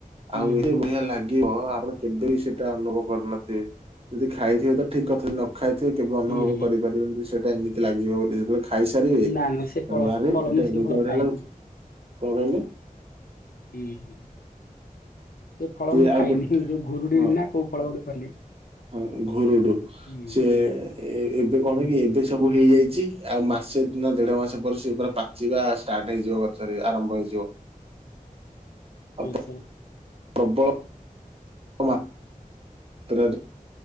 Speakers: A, on the left (about 85°); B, on the right (about 40°).
A: ହୁଁ
B: ଆଉ
A: ହୁଁ
B: ଏତ ବଢିଆ ଲାଗିବ ଆପଣ କେବେ ବି ସେଇଟା ଅନୁଭବ କରିନଥିବେ ଯଦି ଖାଇଥିବେ ତ ଠିକ କଥା ନ ନ ଖାଇଥିବେ କେବେ ଅନୁଭବ
A: ହୁଁ ହୁଁ
B: କରିପାରିବେନି ସେଟା ଏମିତି ଲାଗିବ ବୋଲି ଯେତେବେଳେ ଖା ଖାଇସାରିବେ କହିବେ
A: ନା ନା ସେ ଫଳ
B: ଆରେ
A: ଫଳ
B: ଏଟା
A: ମୁଁ
B: ଏମିତି
A: ସେ ଫଳ
B: ବଢିଆ
A: ଖାଇନି
B: ଲାଗୁଛି କଣ କହିଲେ?
A: ହୁଁ ହୁଁ ସେ ଫଳ
B: ସିଏ
A: ମୁଁ ଖାଇନି
B: ଆଉ ଗୋଟେ
A: ଯୋଉ ଘୁରୁଡି
B: ହଁ
A: ନା କୋଉ ଫଳ ଗୋଟେ କହିଲେ।
B: ହଁ ଘୁରୁଡୁ
A: ହୁଁ
B: ସେ ଏବେ କଣ
A: ଘୁରୁ
B: କି ଏବେ ଏ ସବୁ ହେଇଯାଇଛି ଆଉ ମାସେ ନା ଦେଢ ମାସ ପରେ ସେ ପୁରା ପାଚିବା ଷ୍ଟାର୍ଟ ହେଇଯିବ ଗଛରେ ଆରମ୍ଭ ହେଇଯିବ। ଆଉ
A: ଆଚ୍ଛା।
B: ପ୍ରବଳ। ମା ତ୍ରାର